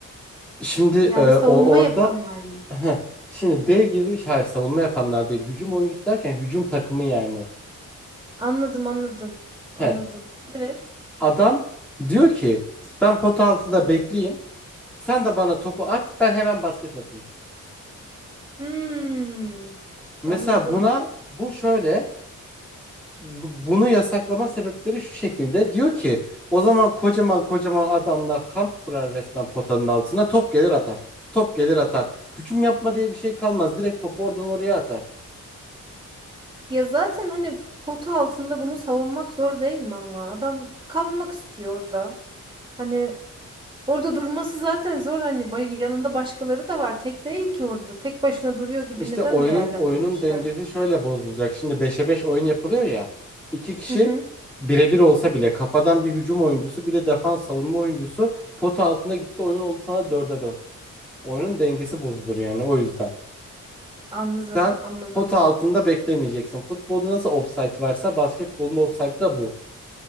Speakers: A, in the centre; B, on the right.
A: Şimdi
B: Yani
A: eee,
B: savunma
A: o orada
B: yapanlar mı?
A: heh, şimdi dev gibi hayır savunma yapanlar değil. Hücum oyuncusu derken hücum takımı yani.
B: Anladım, anladım. Anladım.
A: Heh,
B: Evet.
A: adam diyor ki ben pot altında bekleyeyim. Sen de bana topu at ben hemen basket atayım.
B: Hmm,
A: Mesela
B: anladım.
A: buna bu şöyle bu- bunu yasaklama sebepleri şu şekilde. Diyor ki o zaman kocaman kocaman adamlar kamp kurar resmen potanın altına top gelir atar. Top gelir atar. Hücum yapma diye bir şey kalmaz. Direkt topu oradan oraya atar.
B: Ya zaten hani potu altında bunu savunmak zor değil mi ama? Adam kalmak istiyor orada. Hani orada durması zaten zor. Hani bay- yanında başkaları da var. Tek değil ki orada. Tek başına duruyor gibi
A: İşte
B: neden
A: oyunun
B: değerlendirmişler?
A: oyunun dengesi şöyle bozulacak. Şimdi beşe 5 oyun yapılıyor ya. İki kişi
B: Hı hı.
A: birebir olsa bile kafadan bir hücum oyuncusu bir de defans savunma oyuncusu pota altına gitti oyun oldu sana dörde 4. Oyunun dengesi bozulur yani o yüzden.
B: Anladım,
A: Sen
B: anladım.
A: pota altında beklemeyeceksin. Futbolda nasıl offside varsa basketbolun offside'ı da bu.